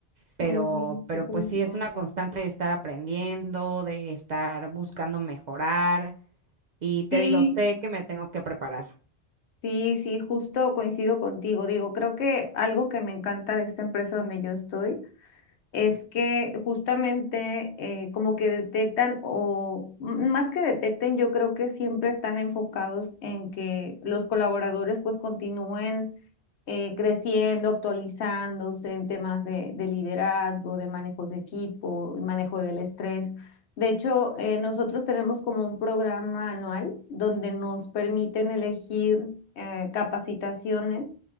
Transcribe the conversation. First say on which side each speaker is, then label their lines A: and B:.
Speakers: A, on the right (about 55°); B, on the left (about 80°).
A: Pero,
B: Sí,
A: pero
B: sí, te
A: pues
B: entiendo.
A: sí, es una constante de estar aprendiendo, de estar buscando mejorar y te
B: Sí,
A: digo, sé que me tengo que preparar.
B: Sí, sí, justo coincido contigo. Digo, creo que algo que me encanta de esta empresa donde yo estoy es que justamente eh, como que detectan o m- más que detecten, yo creo que siempre están enfocados en que los colaboradores pues continúen eh, creciendo, actualizándose en temas de, de liderazgo, de manejos de equipo, y manejo del estrés. De hecho, eh, nosotros tenemos como un programa anual donde nos permiten elegir eh, capacitaciones